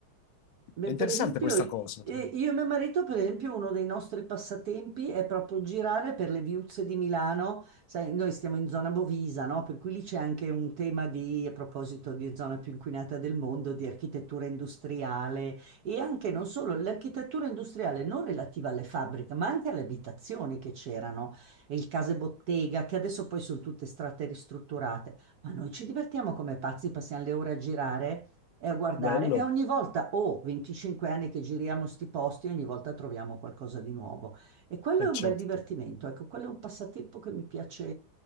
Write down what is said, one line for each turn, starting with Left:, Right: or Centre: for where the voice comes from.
Right: Beh,
Left: è interessante
Right: per esempio,
Left: questa
Right: i-
Left: cosa. cioè.
Right: io e mio marito, per esempio, uno dei nostri passatempi è proprio girare per le viuzze di Milano. Sai, noi stiamo in zona Bovisa, no? Per cui lì c'è anche un tema di, a proposito di zona più inquinata del mondo, di architettura industriale e anche non solo l'architettura industriale non relativa alle fabbriche, ma anche alle abitazioni che c'erano e il case bottega, che adesso poi sono tutte strate ristrutturate. Ma noi ci divertiamo come pazzi, passiamo le ore a girare e a guardare
Left: Bello.
Right: e ogni volta, ho 25 anni che giriamo sti posti, ogni volta troviamo qualcosa di nuovo. E quello
Left: Eh
Right: è un
Left: certo.
Right: bel divertimento, ecco, quello è un passatempo che mi piace,